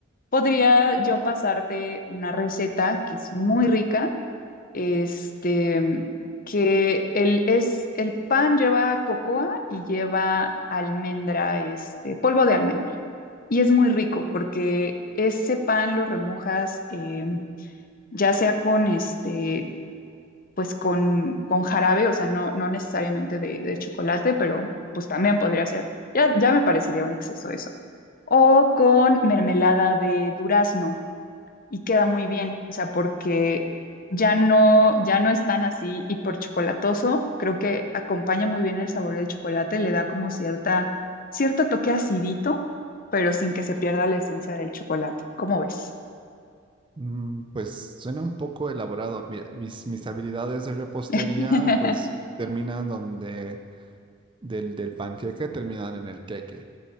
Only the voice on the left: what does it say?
podría yo pasarte una receta que es muy rica, este, que el, es, el pan lleva cocoa y lleva almendra, este, polvo de almendra. Y es muy rico porque ese pan lo remojas eh, ya sea con este pues con, con jarabe, o sea, no, no necesariamente de, de chocolate, pero pues también podría ser. Ya, ya me parecería un exceso eso. O con mermelada de durazno y queda muy bien, o sea, porque ya no, ya no es tan así y por chocolatoso, creo que acompaña muy bien el sabor del chocolate, le da como cierta, cierto toque acidito, pero sin que se pierda la esencia del chocolate. ¿Cómo ves?
<laughs>